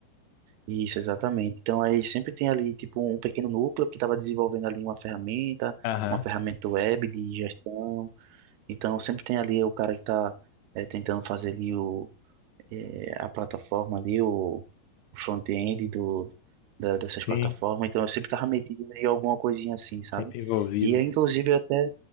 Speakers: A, on the right (about 80°); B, on the left (about 80°).
A: isso, exatamente. Então, aí sempre tem ali, tipo, um pequeno núcleo que estava desenvolvendo ali uma ferramenta,
B: Aham,
A: uma ferramenta web de gestão. Então, sempre tem ali o cara que está tentando fazer ali o, eh, a plataforma ali, o, o front-end do, da- dessas plataformas.
B: sim,
A: Então, eu sempre estava metido em alguma coisinha assim, sabe?
B: sempre envolvido.
A: E, aí, inclusive, eu até,